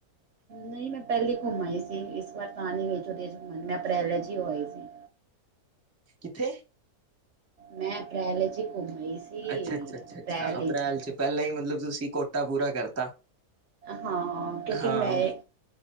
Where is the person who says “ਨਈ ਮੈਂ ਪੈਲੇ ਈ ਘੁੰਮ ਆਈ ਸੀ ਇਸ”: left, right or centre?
Right